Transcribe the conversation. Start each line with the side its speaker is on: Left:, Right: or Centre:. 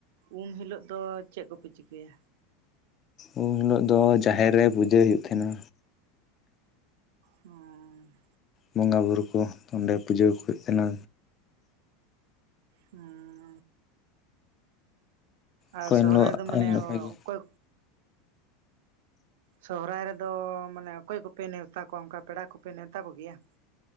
Right: ᱩᱢ ᱦᱤᱞᱳᱜ ᱫᱚ ᱪᱮᱫ ᱠᱚ ᱯᱮ ᱪᱤᱠᱟᱹᱭᱟ᱾
Left: ᱩᱢ ᱦᱤᱞᱚᱜ ᱫᱚ ᱡᱟᱦᱮᱨ ᱨᱮ ᱯᱩᱡᱟᱹᱭ ᱦᱳᱭᱳᱜ ᱛᱟᱦᱮᱸᱱᱟ᱾
Right: ᱦᱩᱸ
Left: ᱵᱚᱸᱜᱟ ᱵᱩᱨᱩ ᱠᱚ ᱚᱸᱰᱮ ᱯᱩᱡᱟᱹᱣᱟ ᱠᱚ ᱦᱩᱭᱩᱜ ᱛᱟᱦᱮᱱᱟ᱾
Right: ᱦᱩᱸ
Left: ᱚᱠᱚᱭ
Right: ᱟᱨ ᱥᱚᱦᱨᱟᱭ ᱫᱚ ᱢᱟᱱᱮ
Left: ᱦᱤᱞᱳᱜ ᱜᱮ
Right: ᱚᱠᱚᱭ ᱥᱚᱦᱚᱨᱟᱭ ᱨᱮ ᱫᱚ ᱢᱟᱱᱮ ᱚᱠᱚᱭ ᱠᱚᱯᱮ ᱱᱮᱣᱛᱟ ᱠᱚᱣᱟ ᱚᱱᱠᱟ ᱯᱮᱲᱟ ᱠᱚᱯᱮ ᱱᱮᱣᱛᱟ ᱠᱚ ᱜᱮᱭᱟ᱾